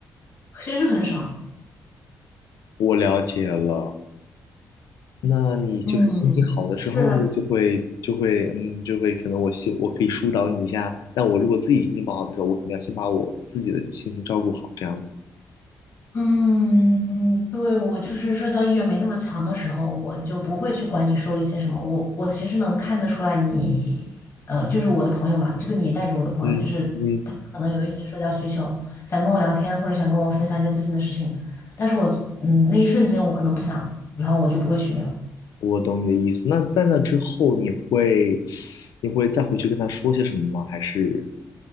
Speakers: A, on the left; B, on the left.
A: 其实很少。
B: 我了解了，那你就是心情好的时候就会就会嗯就会可能我希我可以疏导你一下，
A: 嗯，是。
B: 但我如果自己心情不好的时候，我肯定要先把我自己的心情照顾好，这样子。
A: 嗯，嗯对，我就是社交意愿没那么强的时候，我就不会去管你说了一些什么。我我其实能看得出来你，呃，就是我的朋友嘛，这个你带着我的朋友，
B: 嗯嗯，
A: 就是他可能有一些社交需求，想跟我聊天或者想跟我分享一些最近的事情，但是我嗯那一瞬间我可能不想，然后我就不会去聊，
B: 我懂你的意思。那在那之后，你会 <sucks teeth> 你会再回去跟他说些什么吗？还是？